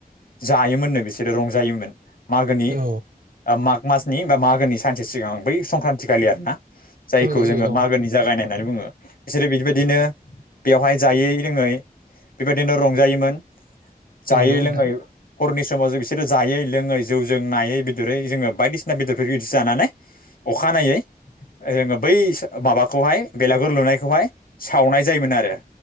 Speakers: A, on the left (about 65°); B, on the right (about 60°).
A: जायोमोननो बिसोरो रंजायोमोन। मागोनि
B: औ
A: माग मासनि बा मागोनि सानसे सिगां बै संक्रान्तिखालि आरोना। जायखौ
B: औ नंगौ
A: जोङो मागोनि जागायनाय होननानै बुङो बिसोरो बिदिबायदिनो बेवहाय जायै रोङै बेबायदिनो रंजायोमोन। जायै
B: नोंथां
A: लोंयै हरनि समाव जो बिसोरो जायै लोङै जौ जों नायै बेदरै जोङो बायदिसिना बेदरफोर बिदि जानानै अखानायै जोङो बै माबाखौहाय बेलागुर लुनाय खौ हाय सावनाय जायोमोन आरो